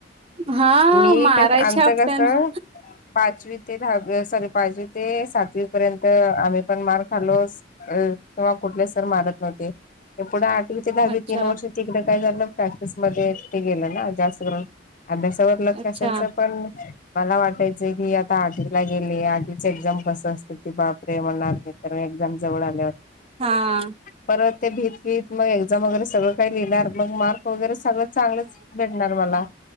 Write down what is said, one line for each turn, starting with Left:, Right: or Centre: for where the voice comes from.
Right: हा
Left: मी
Right: मारायचे
Left: कस आमचं
Right: आपल्याला
Left: कसं पाचवी ते दहावी सॉरी पाचवी ते सातवी पर्यंत आम्ही पण मार खाल्लो अ किंवा कुठले सर मारत नव्हते पुढे आठवीच्या दहावी
Right: अच्छा
Left: तीन वर्ष तिकडे काय झालं ना प्रॅक्टिस मध्ये ते गेलं ना जास्त अभ्यास आपलच
Right: अच्छा
Left: असायचं पण मला वाटायचं की आता आटीला गेले आटीच एक्झाम कस असत तेी बापरे म्हणणार तर एक्झाम जवळ आल्या हो
Right: हा
Left: परत ते भीत वीत मग एक्झाम वगैरे सगळं काही लिहिणार मग मार्क वगैरे सगळं चांगलंच भेट नर्मला